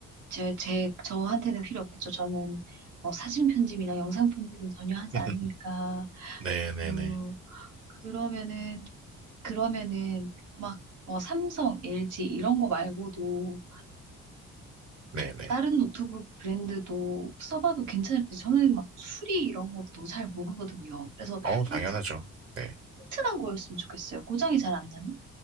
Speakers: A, on the right; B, on the right.
A: 제, 제, 저한테는 필요 없겠죠. 저는 뭐 사진 편집이나 영상 편집은 전혀 하지
B: <laughs>
A: 않으니까.
B: 네네네.
A: 음, 그러면은, 그러면은 막, 어, 삼성, LG 이런 거 말고도
B: 네네.
A: 이렇게 다른 노트북 브랜드도 써봐도 괜찮을지 저는 막 수리 이런 것도 잘 모르거든요. 그래서
B: 어, 당연하죠.
A: 좀 튼,
B: 네.
A: 튼튼한 거였으면 좋겠어요. 고장이 잘 안 나는?